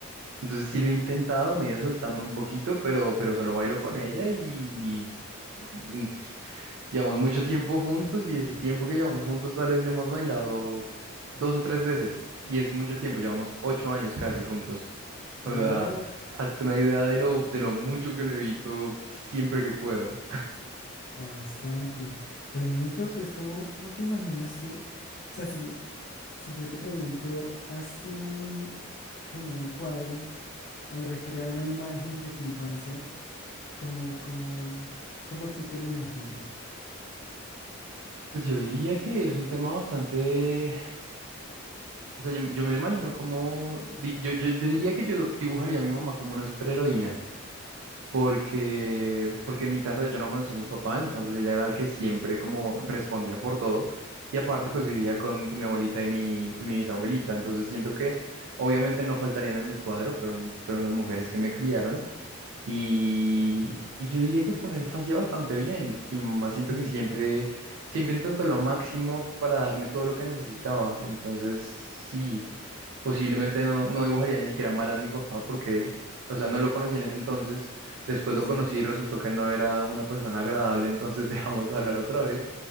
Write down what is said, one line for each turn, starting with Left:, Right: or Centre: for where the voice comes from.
Right: Entonces
Left: chévere.
Right: sí lo he intentado, me he ido soltando un poquito, pero, pero solo bailo con ella y mm, <laughs> llevamos mucho tiempo juntos y ese tiempo que llevamos juntos tal vez hemos bailado dos o tres veces y es mucho tiempo, llevamos ocho años casi juntos. O
Left: Oh,
Right: sea, hazte una idea de lo, de lo mucho que lo evito siempre que puedo.
Left: bastante. Pues Nico, pues ¿cómo, cómo te imaginas tú? O sea, si, si yo te pregunto, haz un, como un cuadro o recrea una imagen de tu infancia, ¿cómo, cómo, cómo tú te la imaginas?
Right: Pues yo diría que es un tema bastante O sea, yo, yo me lo imagino como, di- yo, yo, yo diría que yo dibujaría a mi mamá como una superheroína, porque, porque en mi casa yo no conocía a mi papá, entonces ella era la que siempre como respondía por todo, y aparte
Left: Wow.
Right: pues vivía con, con mi abuelita y mi, y mi bisabuelita, entonces siento que obviamente no faltarían en el cuadro, fueron, fueron las mujeres que me criaron, y,
Left: <clears throat>
Right: y yo diría que fue una infancia bastante bien. Mi mamá siento
Left: Sí,
Right: que siempre, siempre intentó lo máximo para darme todo lo que necesitaba. Entonces, sí, posiblemente no, no dibujaría ni siquiera mal a mi papá porque, o sea, no lo conocí en ese entonces. Después lo
Left: sí.
Right: conocí y resultó que no era una persona agradable, entonces <laughs> dejamos de hablar otra vez.